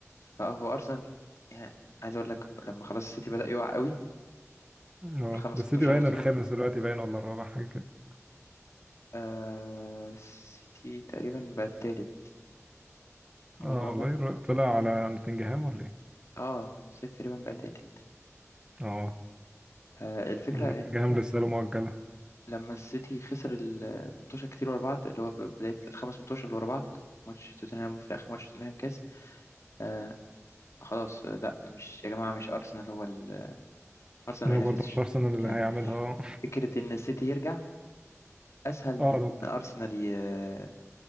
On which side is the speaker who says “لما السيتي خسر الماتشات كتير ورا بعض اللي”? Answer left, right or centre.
Left